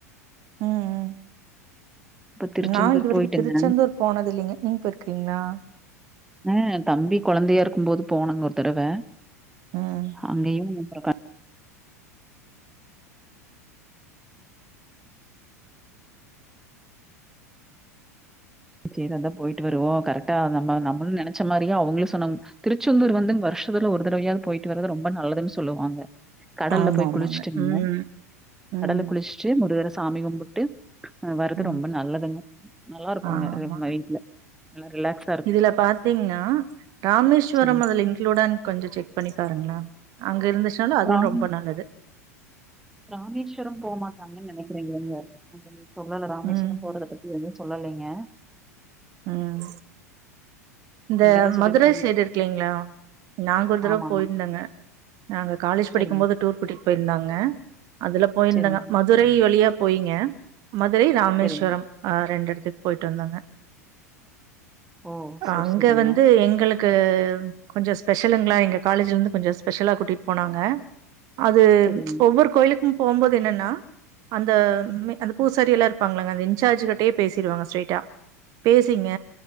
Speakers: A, on the right; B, in the centre.
A: ம் ம்
B: இப்ப திருச்செந்தூர்
A: நா இது வரைக்கு
B: போயிட்டுங்க.
A: திருச்செந்தூர் போனது இல்லீங்க நீங்க போயிருக்கிறீங்களா
B: அ தம்பி கொழந்தையா இருக்கும் போது போனங்க ஒரு தடவ
A: ம்
B: அங்கயு பிறக செரி அதா போயிட்டு வருவோ கரெக்டா அது நம்ம நம்மளு நெனைச்ச மாரியே அவங்களு சொன்னாங் திருச்செந்தூர் வந்து வருஷத்துல ஒரு தடவயாவது போயிட்டு வறது ரொம்ப நல்லதுன்னு சொல்லுவாங்க கடல்ல
A: ஆமா
B: போய்
A: ஆமாங்க
B: குளிச்சுட்டுங்க
A: ம் ம்
B: கடல்ல குளிச் சு முருகரை சாமி கும்பிட்டு அ வர்றது
A: ம்
B: ரொம்ப நல்லதுங்க நல்லா இருக்குங்க
A: ஆமாங்க
B: ரெம்ம வீட்டுல நல்லா ரிலேக்ஸ்
A: இதுல பாத்தீங்கன்னா ராமேஸ்வரம்
B: சரிங்க.
A: அதுல இன்குளூடான்னு கொஞ்ச செக் பண்ணி பாருங்களே அங்க இருந்துச்சுனாலு அதுவு
B: ராமே
A: ரொம்ப நல்லது
B: ராமேஸ்வரம் போ மாட்டாங்கன்னு நெனைக்கிறேங்க இங்க <unintelligible> சொல்லல ராமேஸ்வரம்
A: ம்
B: போறத பத் எதுவு சொல்லலைங்க
A: ம் இந்த
B: இங்க தான் சொல்லியிருக்காங்க.
A: மதுரை சைடு இருக்குலீங்களா நாங்க ஒரு தடவ
B: ஆமாமா.
A: போயிருந்தங்க நாங்க காலேஜ் படிக்கும்
B: சரிங்க,
A: போது டூர் கூட்டிட்டு போயிருந்தாங்க அதுல போயிருந்தங்க
B: சரிங்க,
A: மதுரை வழியா போயிங்க மதுரை ராமேஸ்வரம்
B: சரிங்க.
A: ஆ ரெண்டு இடத்துக்கு போயிட்டு வந்தோங்க
B: ஓ! சரி,
A: அங்க
B: சரிங்க.
A: வந்து எங்களுக் கு கொஞ்ச ஸ்பெஷலுங்களா எங்க காலேஜ்ல இருந்து கொஞ்ச ஸ்பெஷலா கூட்டிட்டு போனாங்க அது
B: சரிங்க,
A: ஒவ்வொரு கோயிலுக்கும் போம்போது என்னன்னா அந்த மெ அந்த பூசாரி எல்லா இருப்பாங்கலங்க அந்த இன்சார்ஜ் கிட்டயே பேசிருவாங்க ஸ்ட்ரைட்டா பேசிங்க